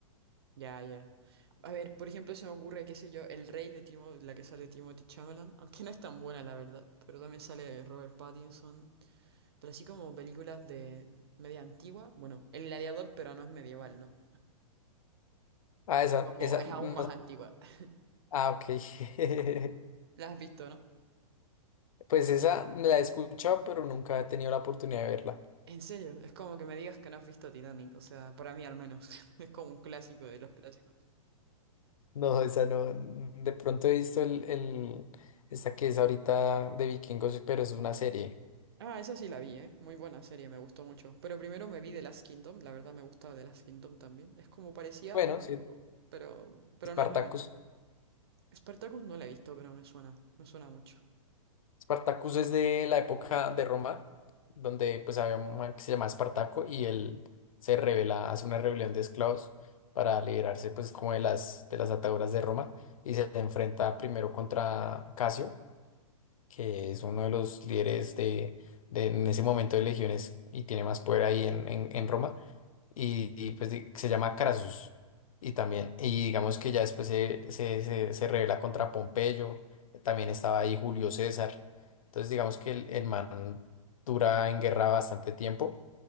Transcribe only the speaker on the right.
ya. ya. A ver, por ejemplo, se me ocurre, qué sé yo, El Rey de Timo, la que sale Timothy Chalamet, aunque no es tan buena, la verdad, pero también sale Robert Pattinson, pero así como películas de media antigua, bueno, El Gladiador, pero no es medieval, ¿no?
Es
como,
es
aún más antigua. <laughs>
La has visto, ¿no?
En serio, es como que me digas que no has visto Titanic, o sea, para mí al menos, <laughs> es como un clásico de los clásicos.
Ah, esa sí la vi, ¿eh? Muy buena serie, me gustó mucho. Pero primero me vi The Last Kingdom, la verdad me gusta The Last Kingdom también. Es como parecía,
pero,
pero, pero
no es lo mismo. Spartacus no la he visto, pero me suena, me suena mucho.